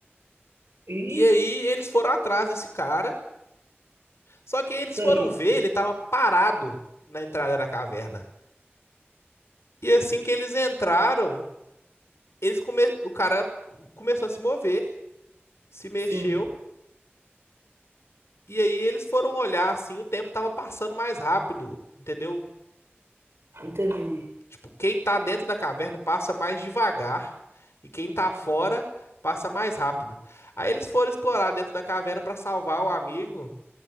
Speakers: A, on the right; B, on the left.
A: E
B: E aí eles foram atrás desse cara, só que aí eles
A: sei,
B: foram ver, ele tava parado na entrada da caverna. E assim que eles entraram, eles come... o cara começou a se mover, se mexeu,
A: sim.
B: e aí eles foram olhar assim, o tempo tava passando mais rápido, entendeu?
A: Entendi.
B: Tipo, quem tá dentro da caverna passa mais devagar e quem tá fora passa mais rápido. Aí eles foram explorar dentro da caverna pra salvar o amigo,